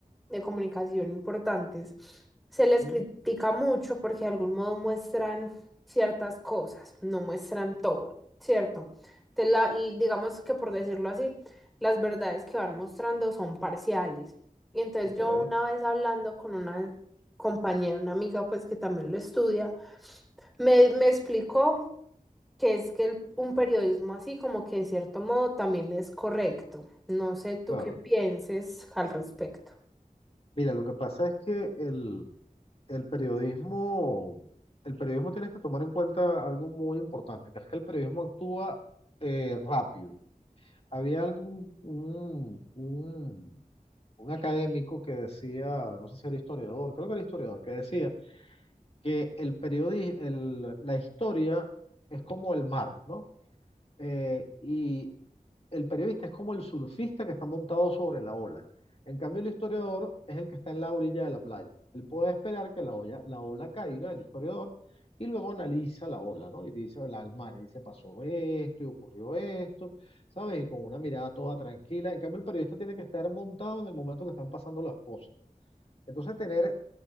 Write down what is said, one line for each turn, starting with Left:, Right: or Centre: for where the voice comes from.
Centre: de comunicación importantes, se les
Left: ¿Mm?
Centre: critica mucho porque de algún modo muestran ciertas cosas, no muestran todo, ¿cierto? Entonces, la- l- digamos que por decirlo así, las verdades que van mostrando son parciales. Y entonces
Left: Ok.
Centre: yo una vez hablando con una compañera, una amiga, pues que también lo estudia, me, me explicó que es que el- un periodismo así como que de cierto modo también es correcto. No sé tú
Left: Claro.
Centre: qué pienses al respecto.
Left: Mira, lo que pasa es que el, el periodismo, el periodismo tienes que tomar en cuenta algo muy importante, que es que el periodismo actúa eh, rápido. Había algún, un, un, un académico que decía, no sé si era historiador, creo que era historiador, que decía que el periodi- el- la historia es como el mar, ¿no? Eh, y el periodista es como el surfista que está montado sobre la ola. En cambio, el historiador es el que está en la orilla de la playa. Él puede esperar que la olla, la ola caiga, el historiador, y luego analiza la ola, ¿no? Y dice, "Hola, el mar, y dice, pasó esto, y ocurrió esto, ¿sabes? Y con una mirada toda tranquila. En cambio, el periodista tiene que estar montado en el momento que están pasando las cosas. Entonces, tener